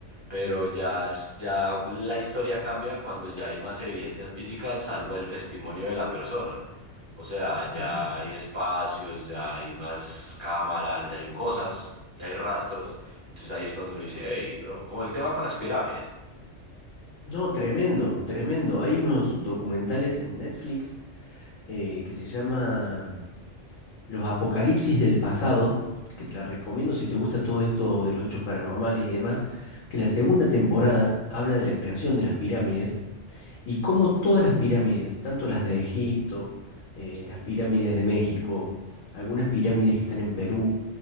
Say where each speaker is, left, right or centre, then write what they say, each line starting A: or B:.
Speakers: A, on the right (about 25°); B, on the left (about 85°).
A: pero ya, es- ya la historia cambia cuando ya hay más evidencias físicas salvo el testimonio de la persona. O sea, ya
B: Ujú.
A: hay espacios, ya hay más cámaras, ya hay cosas, ya hay rastros. Entonces ahí es cuando uno dice, hey, bro, como el tema con las pirámides.
B: No, tremendo, tremendo. Hay unos documentales en Netflix eh, que se llama mm, Los Apocalipsis del Pasado, que te la recomiendo si te gusta todo esto de los hechos paranormales y demás, que la segunda temporada habla de la creación de las pirámides y cómo todas las pirámides, tanto las de Egipto, eh, las pirámides de México, algunas pirámides que están en Perú,